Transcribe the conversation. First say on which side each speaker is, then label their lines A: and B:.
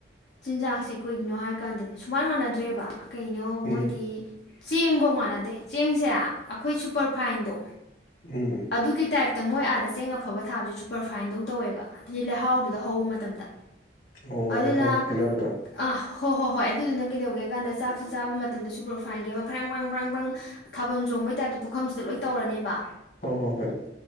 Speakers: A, on the left (about 75°); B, on the left (about 50°).
A: ꯆꯤꯟꯖꯥꯛꯁꯦ ꯀꯩꯒꯤꯅꯣ ꯍꯥꯏ ꯀꯥꯟꯗꯅꯦ ꯁꯨꯃꯥꯏ ꯃꯥꯟꯅꯗ꯭ꯔꯦꯕ ꯀꯩꯅꯣ ꯃꯣꯏꯗꯤ
B: ꯎꯝ ꯎꯝ
A: ꯆꯦꯡꯐꯧ ꯃꯥꯟꯅꯗꯦ ꯆꯦꯡꯁꯦ ꯑꯩꯈꯣꯏ ꯁꯨꯄꯔꯐꯥꯏꯟꯗꯣ
B: ꯎꯝ ꯎꯝ
A: ꯑꯗꯨꯒꯤ ꯇꯥꯏꯞ ꯃꯣꯏ ꯑꯥꯗ ꯆꯦꯡ ꯑꯐꯕ ꯊꯥꯕꯁꯦ ꯁꯨꯄꯔꯐꯥꯏꯟꯗꯧ ꯇꯧꯋꯦꯕ ꯑꯗꯨꯗꯤ ꯂꯩꯍꯥꯎꯗꯨꯗ ꯍꯧꯕ ꯃꯇꯝꯗ
B: ꯑꯣ
A: ꯑꯗꯨꯅ
B: ꯂꯩꯍꯥꯎꯒꯤ ꯈꯦꯠꯅꯕꯗꯣ
A: ꯑꯥ ꯍꯣꯏ ꯍꯣꯏ ꯍꯣꯏ ꯑꯗꯨꯗꯨꯅ ꯀꯩꯗꯧꯒꯦ ꯀꯥꯟꯗ ꯆꯥꯛꯁꯦ ꯆꯥꯕ ꯃꯇꯝꯗ ꯁꯨꯄꯔ ꯐꯥꯏꯒꯦꯕ ꯐ꯭ꯔꯥꯡ ꯕ꯭ꯔꯪ ꯐꯔꯥꯡꯕ꯭ꯔꯪ ꯊꯥꯜ ꯆꯣꯡꯕꯒꯤ ꯇꯥꯏꯞꯇ ꯃꯐꯝꯁꯤꯗ ꯂꯣꯏ ꯇꯧꯔꯅꯦꯕ
B: ꯍꯣꯏ ꯍꯣꯏ ꯍꯣꯏ